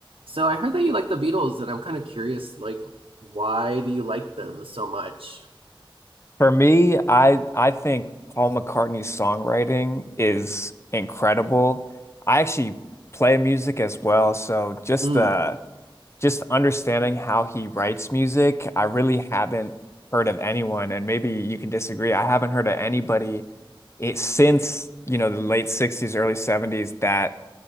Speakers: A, on the right; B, on the left.
A: So I heard that you like the Beatles, and I'm kind of curious, like, why do you like them so much?
B: For me, I I think Paul McCartney's songwriting is incredible. I actually play music as well, so just
A: Mm,
B: uh just understanding how he writes music, I really haven't heard of anyone, and maybe you can disagree. I haven't heard of anybody it since, you know, the late 60s, early 70s that